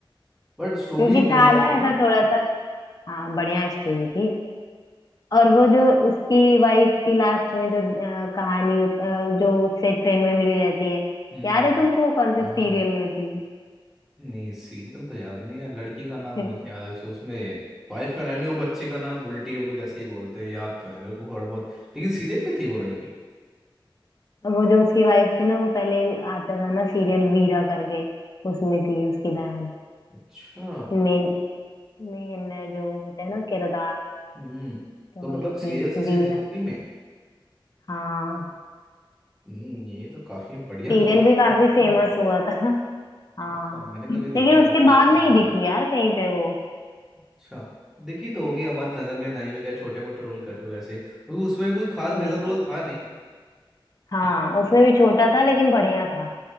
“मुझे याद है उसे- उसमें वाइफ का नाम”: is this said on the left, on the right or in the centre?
Centre